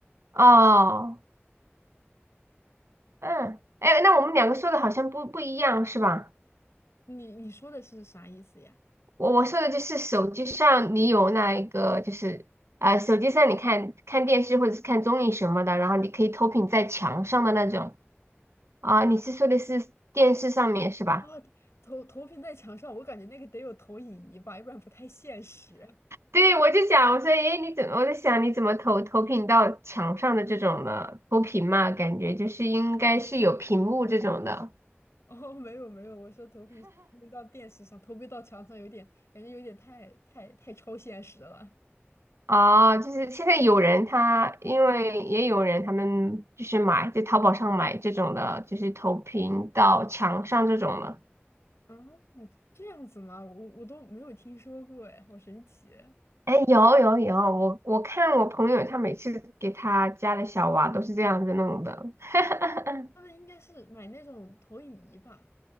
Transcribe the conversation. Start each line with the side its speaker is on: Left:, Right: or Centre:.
Right: 哦，嗯，哎，那我们两个说的好像不不一样是吧？
Left: 你你说的是啥意思呀？
Right: 我我说的就是手机上你有那一个就是啊、呃手机上你看看电视或者是看综艺什么的，然后你可以投屏在墙上的那种。啊，你是说的是电视上面是吧？
Left: 啊，投投屏在墙上，我感觉那个得有投影仪吧，要不然不太现实。
Right: 对，我就想，我说，诶，你怎么？我在想，你怎么投投屏到墙上的这种的投屏嘛？感觉就是应该是有屏幕这种的。
Left: <laughs> 哦，没有没有，我说投屏是投屏到电视上，投屏到墙上有点感觉有点太太太超现实了
Right: 哦，就是现在有人他，因为也有人他们就是买在淘宝上买这种的，就是投屏到墙上这种的。
Left: 啊，这样子吗？我我都没有听说过哎，好神奇。
Right: 哎，有有有，我我看我朋友他每次给他家的小娃都是这样子弄的。<laughs>
Left: 他们应该是买那种投影仪吧？